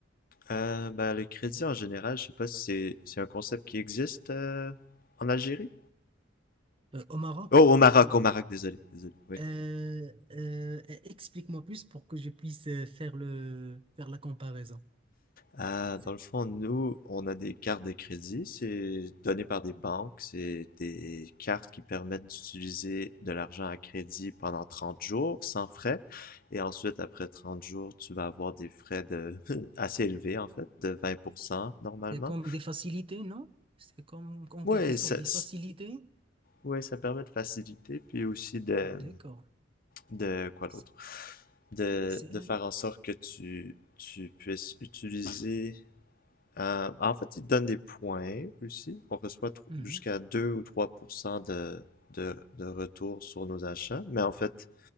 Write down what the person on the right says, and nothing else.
Euh, au Maroc?
Ou-
Euh, euh, explique-moi plus pour que je puisse euh, faire le, faire la comparaison.
C'est
c'est comme des facilités, non? C'est comme, en
quelque sorte
des
facilités?
D'accord.
C'est
c'est
un...
Mhm.